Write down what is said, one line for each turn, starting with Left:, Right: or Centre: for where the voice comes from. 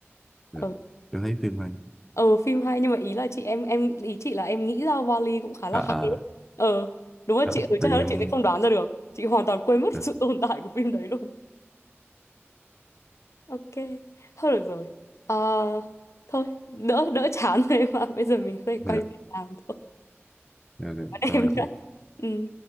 Left: Ờ,
Centre: dạ. em thấy phim hay
Left: ờ phim hay nhưng mà ý là chị em em ý chị là em nghĩ ra Wall-E cũng khá là
Centre: à à
Left: hay đấy. Ờ, đúng rồi
Centre: ờ,
Left: chị ừ, chắc
Centre: tại
Left: chắn
Centre: vì
Left: là
Centre: em
Left: chị sẽ không đoán ra được. Chị hoàn toàn quên mất
Centre: dạ
Left: sự <laughs> tồn tại của phim đấy luôn. Ok, thôi được rồi. Ờ, thôi, đỡ đỡ chán rồi em ạ. Bây giờ mình có thể
Centre: dạ
Left: quay về làm thôi.
Centre: dạ, dạ,
Left: Bạn
Centre: cảm
Left: em
Centre: ơn chị
Left: nhé Ừ.